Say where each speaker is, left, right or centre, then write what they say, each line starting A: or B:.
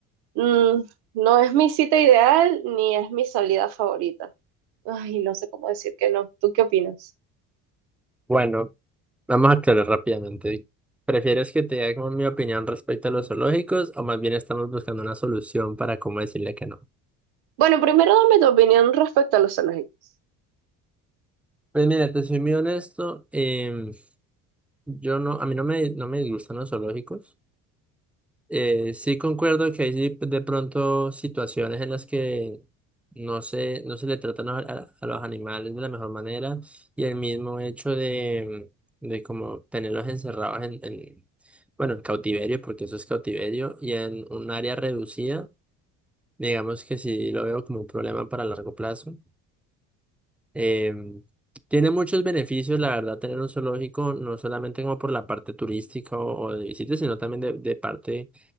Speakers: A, on the right; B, in the centre.
A: mm, no es mi cita ideal ni es mi salida favorita. Ay, no sé cómo decir que no. ¿Tú qué opinas?
B: Bueno, vamos a aclarar rápidamente. ¿Prefieres que te diga como mi opinión respecto a los zoológicos o más bien estamos buscando una solución para cómo decirle que no?
A: Bueno, primero dame tu opinión respecto a los zoológicos.
B: Pues mira, te soy muy honesto. em, yo no, a mí no me, no me disgustan los zoológicos. Eh, sí concuerdo que hay sí, de pronto situaciones en las que no se, no se le tratan a, a- a los animales de la mejor manera y el mismo hecho de, de como tenerlos encerrados en, en, bueno, en cautiverio, porque eso es cautiverio, y en un área reducida, digamos que sí lo veo como un problema para largo plazo. Em, tiene muchos beneficios, la verdad, tener un zoológico, no solamente como por la parte turística o, o de visitas, sino también de, de parte